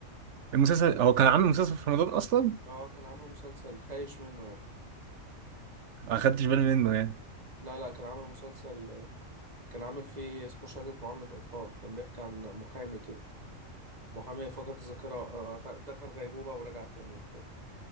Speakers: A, on the right (about 65°); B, on the right (about 30°).
A: المسلسل هو كان عامل مسلسل في رمضان اصلا
B: اه كان عامل مسلسل خايش منه يعني
A: ما خدتش بالي منه يعني
B: لا لا كان عامل مسلسل كان عامل فيه اسمه شهادة معاملة أطفال كان بيحكي عن محامي كده محامي فقد الذاكرة آه، دخل غيبوبة ورجع تاني وبتاع